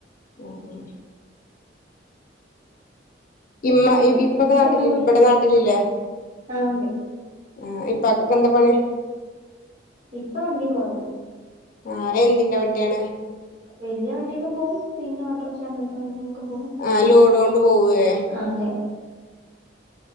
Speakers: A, on the left; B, on the right.
A: ആഹ് അങ്ങനെ ഇമ്മ
B: വെക്കേഷനൊക്കെ
A: ഇപ്പൊക്കെ നാട്ടിൽ
B: എങ്ങനെ പോയി
A: ഇവടെ നാട്ടിലില്ലേ
B: ആ ഉണ്ട്
A: ആഹ് ഇപ്പാക്കൊക്കെ എന്താ പണി
B: ഇപ്പ വണ്ടി പോവല
A: ആഹ് എന്തിന്റെ വണ്ടിയാണ്
B: വല്യ വണ്ടിലു പോവും പിന്നെ ഓട്ടർക്ഷ അങ്ങനത്തെ വണ്ടിലൊക്ക് പോവും
A: ആഹ് ലോഡ്കൊണ്ട് പോവേ
B: ആഹ് അതെ